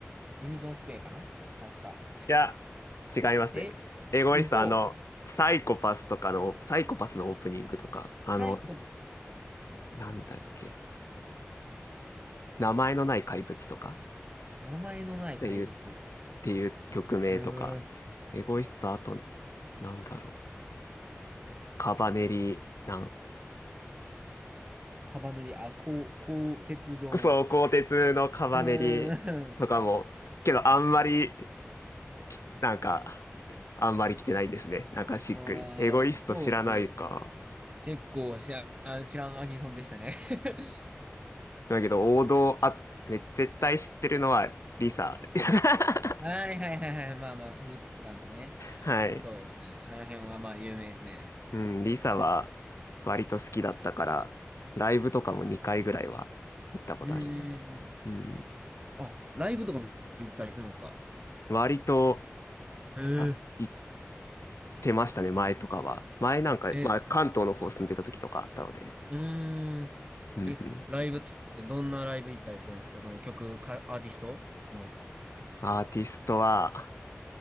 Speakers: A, on the right (about 25°); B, on the left (about 85°).
A: ユニゾンスクエアかな確か。
B: いや、違いますね。
A: え、
B: エゴイスト、
A: 嘘。
B: あの、サイコパスとかの、サイコパスのオープニングとか、あの、
A: サイコ、
B: なんだっけ、名前のない怪物とか
A: 名前のない怪物。
B: っていう、っていう曲名とか、
A: うーん。
B: エゴイスト、あと、なんだろう、カバネリ、なん、
A: カバネリ、あ、こ鋼鉄状の。
B: そう、鋼鉄のカバネリとかも、
A: うーん。
B: けど、あんまりき、なんか、あんまり来てないですね。なんかしっくり。
A: <laughs> ああ、
B: エゴイスト知らないか。
A: そうですね。結構知らん、知らんアニソンでしたね。<laughs>
B: だけど、王道、あ、め絶対知ってるのは、リサ。<laughs>
A: はいはいはいはい。まあまあ、鬼滅とかのね。
B: はい。
A: そうですね。あの辺はまあ有名ですね。
B: うん、リサは、
A: いや、
B: 割と好きだったから、ライブとかも2回ぐらいは行ったことあります。
A: うーん。
B: うん。
A: あ、ライブとかも行ったりするんですか
B: 割と、
A: へえ。
B: さ、行ってましたね、前とかは。前なんか、
A: え、
B: まあ、関東の方住んでた時とかあったので。
A: うーん。
B: うんうん。
A: ライブってどんなライブ行ったりするんですかその曲か、アーティストの。
B: アーティストは、